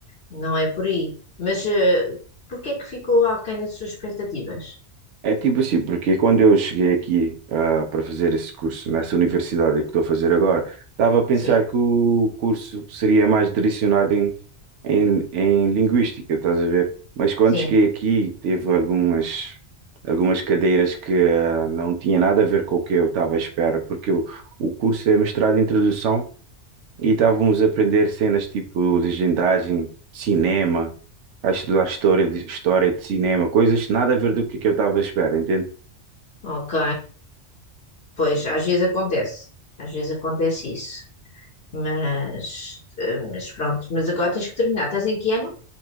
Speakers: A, on the left; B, on the right.
A: não é por aí. Mas uh, porque é que ficou aquém das suas expectativas?
B: É tipo assim, porque quando eu cheguei aqui ah, para fazer esse curso nessa universidade que estou a fazer agora, estava a pensar
A: Sim,
B: que o curso seria mais direcionado em, em, em linguística, estás a ver? Mas quando
A: sim,
B: cheguei aqui, teve algumas, algumas cadeiras que ah, não tinha nada a ver com o que eu estava à espera, porque o, o curso é mestrado em tradução e estávamos a aprender cenas tipo legendagem, cinema, a estudar história de, história de cinema, coisas nada a ver do que, que eu estava à espera, entende?
A: ok. Pois, às vezes acontece, às vezes acontece isso. Mas, eh, mas pronto, mas agora tens que terminar. Estás em que ano?